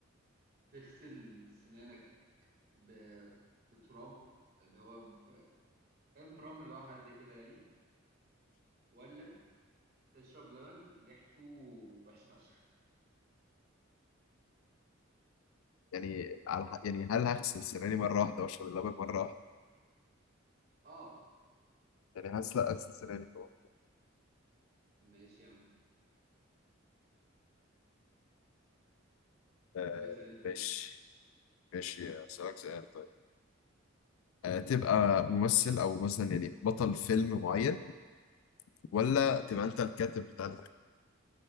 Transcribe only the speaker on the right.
تغسل سنانك ب... بتراب اللي هو ب... فاهم رمل بقى حاجة زي كده يعني ولا تشرب لبن ريحته وحشة فشخ
اه
ماشي يا عم
طب اسأل انت
يلا
مهم.